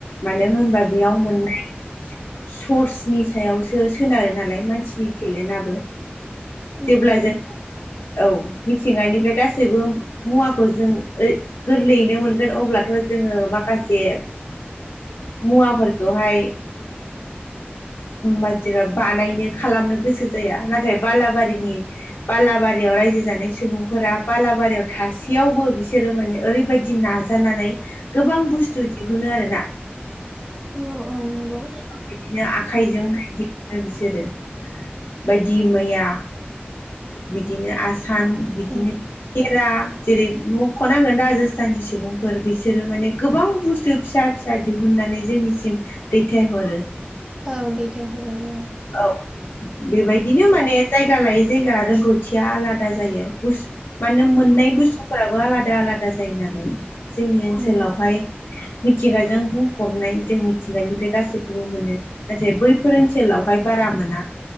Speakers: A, on the left; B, on the right.
A: मानो होनबा बेयाव मोननाय सर्सनि सायावसो सोनारो नालाय मानसिनि टेलेन्टआबो
B: उम
A: जेब्ला जों औ मिथिंगानिफ्राय गासैबो मुवाखौ जों ओ गोरलैयैनो मोनगोन अब्लाथ' जोङो माखासे मुवाफोरखौहाय बदिबा बानायनो खालामनो गोसो जाया नाथाय बालाबारिनि बालाबारियाव रायजो जानाय सुबुंफोरा बालाबारियाव थासेयावबो बिसोरो माने ओरैबायदि नाजा जानानै गोबां बुस्थु दिहुनो आरोना
B: औ औ नोंगौ
A: बिदिनो आखाइजोंहाय दिहुननो बिसोरो बायदि मैया बिदिनो आसान बिदिनो
B: उम
A: खेरा जेरै मख'नांगोन राजस्थाननि सुबुंफोर बिसोरो माने गोबां बुस्थु फिसा फिसा दिहुनन्नानै जोंनिसिम दैथायहरो
B: औ दैथायहरो औ
A: औ
B: उम
A: बेबायदिनो माने जायगा लायै जायगा रोंगौथिया आलादा जायो गुस मानो
B: उम
A: मोननाय
B: उम
A: बुस्थु फोराबो आलादा आलादा जायो नालाय जोंनि ओनसोलावहाय
B: उम
A: मिथिंगाजों बुंफबनाय जों मिथिंगानिफ्राय गासैखौबो मोनो नाथाय बैफोर ओनसोलावहाय बारा मोना